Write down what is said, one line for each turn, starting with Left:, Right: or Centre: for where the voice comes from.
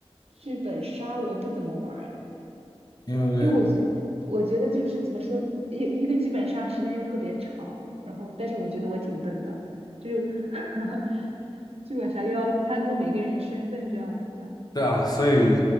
Right: 剧本杀我不怎么玩儿哎，
Left: 因为
Right: 因为我觉我觉得就是怎么说，一一个剧本杀时间又特别长，然后但是我觉得我挺笨的，就是 <laughs> 剧本杀又要参透每个人身份这样子。
Left: 对啊，所以